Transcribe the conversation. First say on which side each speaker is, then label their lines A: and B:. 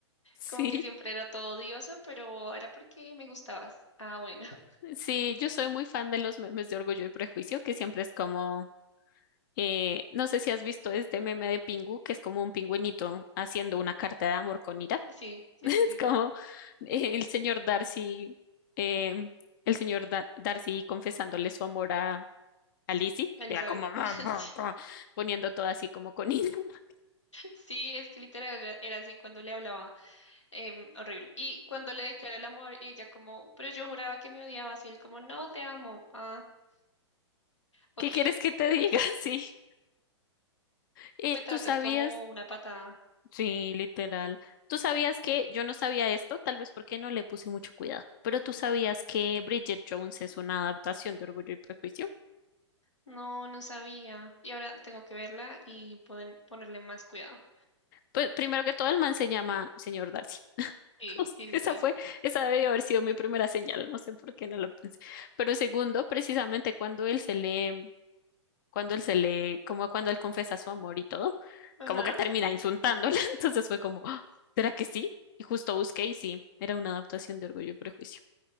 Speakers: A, on the left; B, on the left.
A: Sí,
B: como que siempre era todo odioso, pero era porque me gustabas. Ah, bueno, <laughs>
A: sí, yo soy muy fan de los memes de Orgullo y Prejuicio, que siempre es como, eh, no sé si has visto este meme de Pingu, que es como un pingüinito haciendo una carta de amor con ira.
B: sí, sí,
A: <laughs>
B: sí, sí,
A: Es como
B: sí.
A: eh, el señor Darcy, eh, el señor Da- Darcy confesándole su amor a, a Lizzie,
B: Elizabeth,
A: y era como "Mam,
B: <laughs>
A: pam,
B: sí,
A: pam", poniendo todo así como con hilo. <laughs>
B: sí, es que literal era, era así cuando le hablaba, em, horrible. Y cuando le declaré el amor, y ella como, pero yo juraba que me odiabas, y él como, no, te amo. Ah, ok,
A: ¿Qué quieres que te diga? <laughs> Sí. Eh,
B: me tratas
A: ¿tú sabías?
B: como una patada.
A: Sí, literal. ¿Tú sabías que yo no sabía esto? Tal vez porque no le puse mucho cuidado. Pero ¿tú sabías que Bridget Jones es una adaptación de Orgullo y Prejuicio?
B: No, no sabía. Y ahora tengo que verla y poder ponerle más cuidado.
A: Pues primero que todo, el man se llama señor Darcy. <laughs>
B: Sí,
A: No sé,
B: sí, sí,
A: Esa
B: sí.
A: fue, esa debió haber sido mi primera señal, no sé por qué no lo pensé. Pero segundo, precisamente cuando él se le, cuando él se le, como cuando él confesa su amor y todo,
B: Ajá.
A: como que termina insultándola, <laughs> entonces fue como, "Ah, ¿será que sí? Y justo busqué y sí, era una adaptación de Orgullo y Prejuicio.